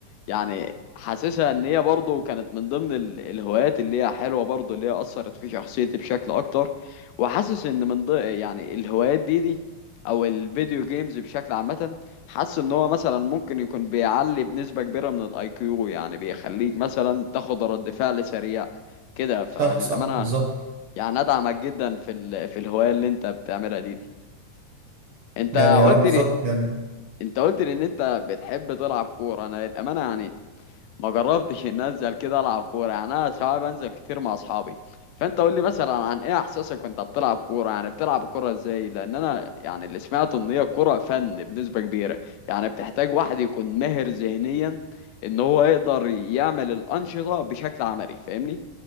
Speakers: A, on the left; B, on the right.
A: يعني حاسسها ان هي برضه كانت من ضمن ال- الهوايات اللي هي حلوة برضه اللي هي اثرت في شخصيتي بشكل اكتر وحاسس ان من ضمن يعني الهوايات دي دي او الفيديو جيمز بشكل عامة حاسس ان هو مثلا ممكن يكون بيعلي بنسبة كبيرة من الاي كيو يعني بيخليك مثلا تاخد رد فعل سريع كده فللأمانة
B: صح صح بالظبط
A: يعني ادعمك جدا في ال... في الهوايه اللي انت بتعملها دي, دي. انت
B: يعني اه
A: قلت
B: بالظبط
A: لي
B: يعني
A: انت قلت لي ان انت بتحب تلعب كوره انا الامانه يعني ما جربتش ان انزل كده العب كوره يعني انا ساعات بنزل كتير مع اصحابي فانت قول لي مثلا عن ايه احساسك وانت بتلعب كوره يعني بتلعب كوره ازاي لان انا يعني اللي سمعته ان هي الكوره فن بنسبه كبيره يعني بتحتاج واحد يكون ماهر ذهنيا ان هو يقدر يعمل الانشطه بشكل عملي فاهمني